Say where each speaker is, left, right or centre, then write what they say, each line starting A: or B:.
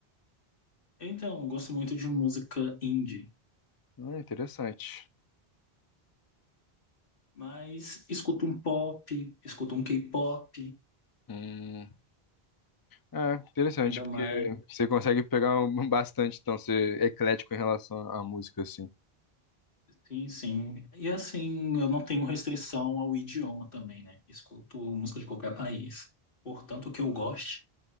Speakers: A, on the left; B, on the left.
A: Então, eu gosto muito de música indie,
B: Hum, interessante.
A: mas escuto um pop, escuto um K-pop,
B: Hum, é, interessante,
A: ainda
B: porque
A: mais.
B: você consegue pegar um- <laughs> bastante, então, ser eclético em relação à música, assim.
A: Sim, sim. E assim, eu não tenho restrição ao idioma também, né? Escuto música de qualquer país. Portanto, o que eu goste.